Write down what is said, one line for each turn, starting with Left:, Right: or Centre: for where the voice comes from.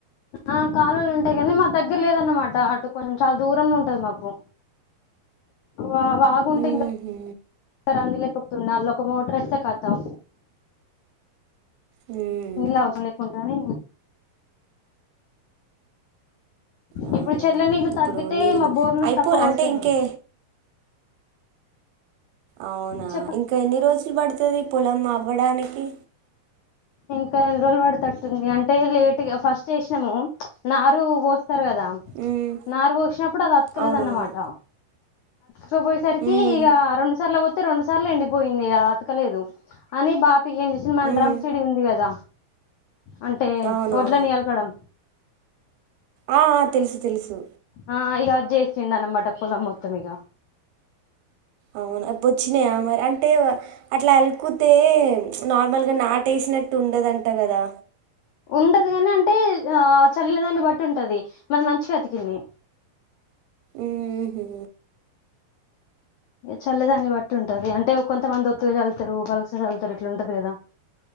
Left: ఆ కాలువలు ఉంటాయి కానీ మా దగ్గర లేదన్నమాట అటు కొంచెం చాలా దూరంగా ఉంటది మాకు వా వాగుంటే
Right: హుహు.
Left: ఇంకా అందులేకపో తున్నా లో ఒక మోటర్ ఏస్తే కతం
Right: హ్మ్.
Left: నీలావసరం లేకు కానీ
Right: అవునా!
Left: ఇప్పుడు చెర్ల నీళ్లు
Right: ఇప్పుడు
Left: తగ్గితే
Right: నీళ్ళు
Left: మా బోర్లు
Right: అయిపో
Left: తక్కువ వస్తాయనమాట
Right: అంటే ఇంకే అవునా
Left: చెప్పండి
Right: ఇంకా ఎన్ని రోజులు పడుతది పొలం అవ్వడానికి
Left: ఇంకా నెల రోజులు పడుతట్టుంది అంటే లేట్గా ఫస్ట్ ఏసినాము నారు పో స్తారు కదా
Right: ఉమ్
Left: నారు పోసినప్పుడు అది అతకలేదన్నమాట
Right: అవునవును
Left: కుపోయేసరికి
Right: ఉమ్
Left: ఇగ రెండు సార్లు రెండు సార్లు ఎండిపోయింది అతకలేదు అని బా ఏం చేసిన మన్
Right: ఉమ్
Left: డ్రం చెడి ఉంది కదా అంటే
Right: అవునవును
Left: ఒడ్లని అలకడం
Right: ఆ ఆ తెలుసు తెలుసు
Left: ఆ ఇగ అజ్జేస్తిడానమ్మట పొలం మొత్తమిగ
Right: అవును అప్ వచ్చినాయా మరి అంటే అట్లా అల్కుతే నార్మల్గా నాటు ఏసినట్టు ఉండదంట కదా
Left: ఉండదు కాని అంటే ఆ చల్లే దాన్ని బట్టి ఉంటది మది మంచిగా బతికింది
Right: ఉహు
Left: చల్లేదాన్ని బట్టి ఉంటది అంటే కొంతమంది ఒత్తుగా చల్లుతారు పలస చల్లుతారు ఇట్లాంటది కదా